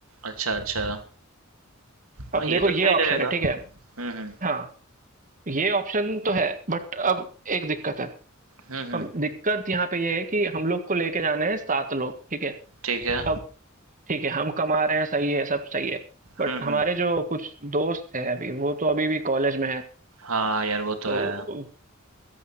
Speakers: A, on the right; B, on the right.
A: अच्छा, अच्छा। हाँ,
B: अब
A: ये
B: देखो
A: तो
B: ये
A: सही
B: ऑप्शन
A: रहेगा।
B: है, ठीक है?
A: हुँ, हुँ।
B: हाँ, ये ऑप्शन तो है, बट अब एक दिक्कत है।
A: हुँ, हुँ।
B: अब दिक्कत यहाँ पे ये है कि हम लोग को लेके जाने हैं 7 लोग, ठीक है?
A: ठीक है।
B: अब ठीक है, हम कमा रहे हैं, सही है, सब सही है। बट
A: हुँ,
B: हमारे
A: हुँ।
B: जो कुछ दोस्त हैं अभी, वो तो अभी भी कॉलेज में हैं,
A: हाँ, यार वो
B: तो
A: तो है।
B: उ,